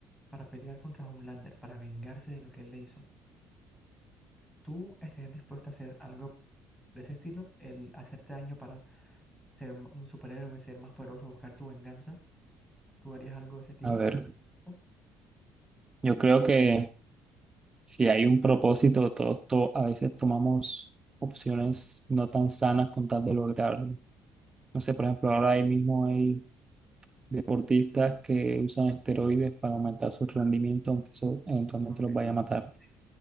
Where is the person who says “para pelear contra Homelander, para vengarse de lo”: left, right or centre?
Centre